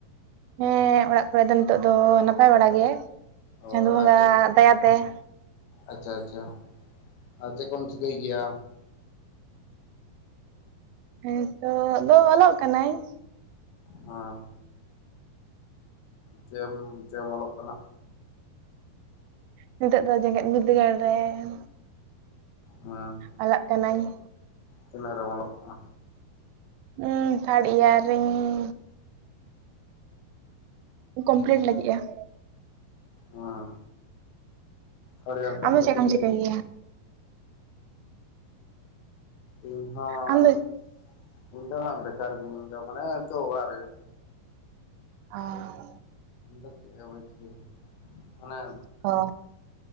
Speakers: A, on the right; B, on the left.
A: ᱦᱮᱸ ᱚᱲᱟᱜ ᱠᱚᱨᱮ ᱫᱚ ᱱᱤᱛᱚᱜ ᱫᱚ ᱱᱟᱯᱟᱭ ᱵᱟᱲᱟ ᱜᱮ,
B: ᱚ
A: ᱪᱟᱸᱫᱚᱳ
B: ᱟᱨ
A: ᱵᱚᱸᱜᱟ
B: ᱪᱮᱫ
A: ᱫᱟᱭᱟᱛᱮ ᱾
B: ᱟᱪᱪᱷᱟ ᱟᱪᱪᱷᱟ ᱟᱨ ᱪᱮᱫ ᱠᱚᱢ ᱪᱤᱠᱟᱹᱭ ᱜᱮᱭᱟ?
A: ᱦᱮᱸᱤᱛᱚᱜ ᱫᱚ ᱚᱞᱚᱜ ᱠᱟᱱᱟᱹᱧ ᱾
B: ᱦᱮᱸ ᱪᱮᱢ ᱪᱮᱼᱢ ᱚᱞᱚᱜ ᱠᱟᱱᱟ?
A: ᱱᱤᱛᱚᱜ ᱫᱚ ᱡᱮᱜᱮᱫ ᱵᱤᱫᱟᱹᱜᱟᱲ ᱨᱮ ᱾
B: ᱚᱸ
A: ᱚᱞᱚᱜ ᱠᱟᱹᱱᱟᱧ ᱾
B: ᱛᱤᱱᱟ. ᱜ ᱨᱮ ᱚᱞᱚᱜ ᱠᱟᱱᱟ?
A: ᱦᱸ ᱛᱷᱟᱨᱰ ᱤᱭᱟᱨ ᱨᱮᱧ ᱠᱚᱢᱯᱞᱤᱴ ᱞᱟᱹᱜᱤᱫᱼᱟ ᱾
B: ᱦᱩᱸ ᱛᱟᱨᱰᱤᱭᱟᱨ ᱠᱚᱢᱯᱤᱞᱤᱴ
A: ᱟᱢᱫᱚ ᱪᱮᱫ
B: ᱠᱟᱛᱮ
A: ᱮᱢ ᱪᱤᱠᱟᱹᱭ ᱜᱮᱭᱟ
B: ᱤᱧ ᱦᱚᱸ
A: ᱟᱢ ᱫᱚ
B: ᱤᱧ ᱫᱚ ᱦᱟᱸᱜ ᱵᱮᱠᱟᱨ ᱜᱮ ᱤᱧ ᱫᱚ ᱢᱟᱱᱮ ᱛᱚ ᱚᱲᱟᱜ ᱨᱮᱜᱮ ᱾
A: ᱟ
B: ᱤᱧ ᱫᱚ ᱪᱮᱫ ᱦᱚᱸ ᱵᱟᱝ ᱪᱤᱠᱟᱹᱭ ᱜᱮᱭᱟ ᱚᱱᱮ
A: ᱚ